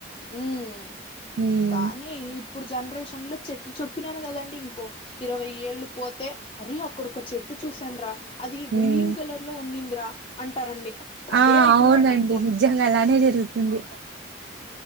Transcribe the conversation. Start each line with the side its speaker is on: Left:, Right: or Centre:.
Left: ఊ ఉ
Right: ఉమ్
Left: కానీ ఇప్ ఇప్పుడు జన్రేషన్ లో చెట్లు చొప్పినాను కదండి ఇంకో. ఇరవై ఏళ్ళు పోతే అరే అక్కడ ఒక చెట్టు చూసానురా అది గ్రీన్
Right: ఉమ్
Left: కలర్ లో ఉన్నిందిరా అంటారండి
Right: ఆ
Left: అదే అయితుందండి
Right: అవునండి
Left: ఇంకో
Right: నిజంగా అలానే జరుగుతుంది